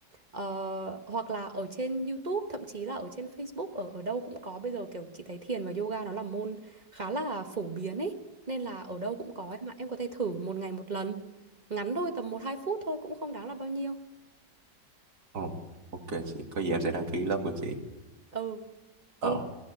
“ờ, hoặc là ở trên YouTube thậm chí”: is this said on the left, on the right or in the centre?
Right